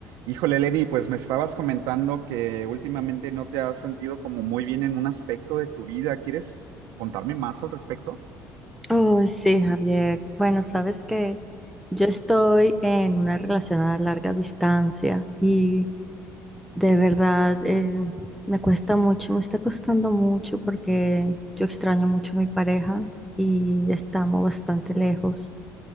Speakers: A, on the right; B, in the centre.
A: Híjole, Lenny, pues me estabas comentando que últimamente no te has sentido como muy bien en un aspecto de tu vida. ¿Quieres contarme más al respecto?
B: Oh, sí, Javier. Bueno, sabes que yo estoy en una relación a larga distancia y de verdad eh, me cuesta mucho, me está costando mucho porque yo extraño mucho a mi pareja y estamos bastante lejos.